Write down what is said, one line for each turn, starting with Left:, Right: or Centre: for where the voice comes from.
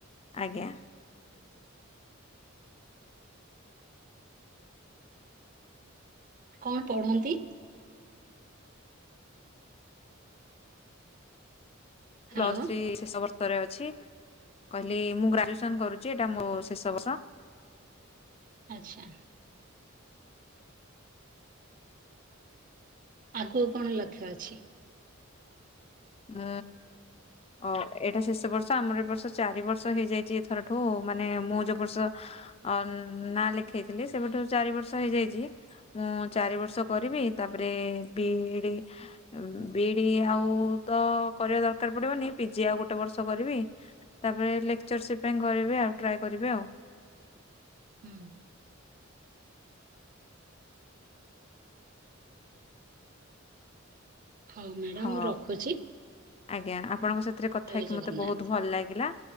Left: ଆଜ୍ଞା।
Right: କଣ ପଢନ୍ତି? ହ୍ୟାଲୋ
Left: ପ୍ଲସ୍ ଥ୍ରୀ <unintelligible> ରେ ଅଛି କହିଲି ମୁଁ ଗ୍ରାଜୁଏସନ କରୁଛି ଏଇଟା ମୋ ଶେଷ ବର୍ଷ।
Right: ଆଚ୍ଛା। ଆଗକୁ କଣ ଲକ୍ଷ୍ୟ ଅଛି?
Left: ହଁ। ଓ ଏଇଟା ଶେଷ ବର୍ଷ ଆମର ଏ ବର୍ଷ ଚାରି ବର୍ଷ ହେଇଯାଇଛି ଏଥରଠୁ ମାନେ ମୁଁ ଯୋଉ ବର୍ଷ ଅ ନାଁ ଲେଖେଇଥିଲି ସେବେଠୁ ଚାରି ବର୍ଷ ହେଇଯାଇଚି। ମୁଁ ଚାରି ବର୍ଷ କରିବି ତାପରେ ବିଇଡି ବିଇଡି ଆଉ ତ କରିବା ଦରକାର ପଡିବନି ପିଜି ଆଉ ଗୋଟେ ବର୍ଷ କରିବି। ତାପରେ ଲେକ୍ଚରସିପ୍ ପାଇଁ କରିବି ଆଉ ଟ୍ରାଏ କରିବି ଆଉ।
Right: ହୁଁ। ହଉ ମ୍ୟାଡ଼ାମ
Left: ହଁ
Right: ମୁଁ ରଖୁଚି।
Left: ଆଜ୍ଞା ଆପଣଙ୍କ ସାଥିରେ କଥା ହେଇକି
Right: ଜଗନ୍ନାଥ
Left: ମତେ ବହୁତ୍ ଭଲ ଲାଗିଲା